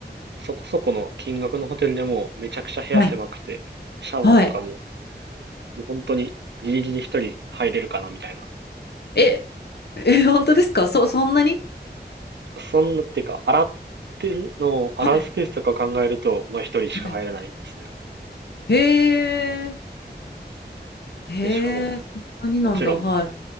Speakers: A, on the right (about 80°); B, on the left (about 70°).
A: そこそこの金額のホテルでもめちゃくちゃ部屋狭くて、
B: はい。
A: シャワーとかも
B: はい。
A: もう本当にギリギリ一人入れるかなみたいな
B: え、え、本当ですかそ、そんなに
A: そんなっていうか、洗ってんの洗うスペースとかを考えると、
B: はい。
A: まあ一人しか入れないんですね、
B: はい。
A: あれ。
B: へえ。へえ、
A: で、しかも、
B: 何なんだ、
A: もちろん
B: はい。